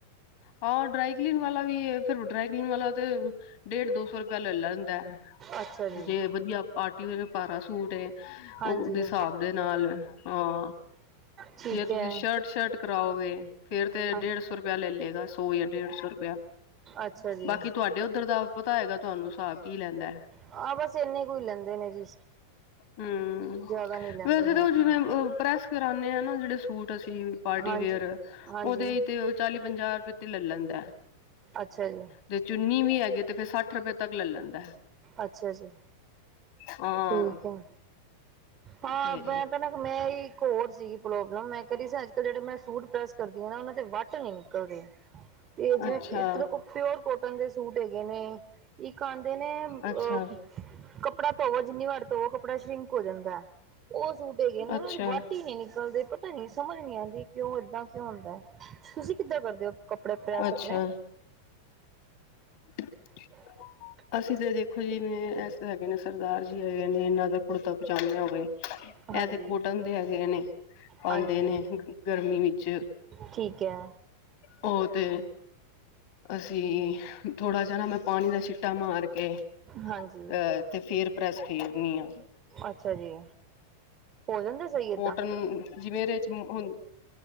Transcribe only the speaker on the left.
ਹਾਂ ਡਰਾਈਕਲੀਨ ਵਾਲਾ ਵੀ ਹੈ, ਫਿਰ ਡਰਾਕਲੀਨ ਵਾਲਾ ਤੇ ਡੇਢ ਦੋ ਸੌ <inaudible> ਲੈ ਲੈਂਦਾ
ਜੇ ਵਧੀਆ ਪਾਰਟੀ ਵੀਅਰ ਪਾਰਾ ਸੂਟ ਏ
ਉਹਦੇ ਹਿਸਾਬ ਦੇ ਨਾਲ ਹਾਂ
ਜੇ
ਤੁਸੀਂ ਸ਼ਰਟ-ਸ਼ਰਟ ਕਰਾਓਗੇ ਫੇਰ ਤੇ
ਡੇਢ ਸੌ ਰੁਪਇਆ ਲੈ ਲਏਗਾ, ਸੌ ਜਾਂ ਡੇਢ ਸੌ ਰੁਪੀਆ
ਬਾਕੀ ਤੁਹਾਡੇ ਉੱਧਰ ਦਾ ਪਤਾ ਹੈਗਾ, ਤੁਹਾਨੂੰ ਹਿਸਾਬ ਕੀ ਲੈਂਦਾ ਹੈ
ਹੂੰ,
ਵੈਸੇ
ਤਾਂ ਜਿਵੇਂ
ਕਰਾਨੇ ਆ ਨਾ ਜਿਹੜੇ ਸੂਟ ਅਸੀਂ ਪਾਰਟੀ
ਵੇਅਰ,
ਉਹਦੇ ਹੀ ਤੇ ਚਾਲੀ ਪੰਜਾਹ ਰੁਪਏ ਤੇ ਲੈ ਲੈਂਦਾ ਐ,
ਜੇ ਚੁੰਨੀ ਵੀ ਹੈਗੇ ਤੇ, ਫੇਰ ਸੱਠ ਰੁਪਏ ਤੱਕ ਲੈ ਲੈਂਦਾ ਹੈ।
ਹਾਂ,
ਤੇ
ਅੱਛਾ
ਅੱਛਾ
ਅੱਛਾ
ਅੱਛਾ
<unintelligible>
ਅਸੀਂ ਤਾਂ ਦੇਖੋ ਜੀਵੇਂ ਹੈਗੇ, ਨੇ ਸਰਦਾਰ ਜੀ ਹੈਗੇ ਨੇ ਇਹਨਾਂ ਦਾ ਕੁੜਤਾ ਪਹੁੰਚਾਦੇ ਹੋਵੇ
ਇਹ ਤੇ ਕੋਟਨ ਦੇ ਹੈਗੇ ਨੇ ਪਾਦੇ
ਨੇ ਗਰਮੀ ਵਿੱਚ
ਉਹ ਤੇ ਅਸੀਂ ਥੋੜਾ ਜੀ, ਨਾ ਮੈਂ ਪਾਣੀ ਦਾ ਛਿੱ ਟਾ ਮਾਰ ਕੇ ਅਹ
ਤੇ ਫੇਰ ਪ੍ਰੈਸ ਖੇਦਨੀ ਆ।
ਕੋਟਨ ਜਿਵੇਂ ਇਹਦੇ ਚ ਹ ਹੂ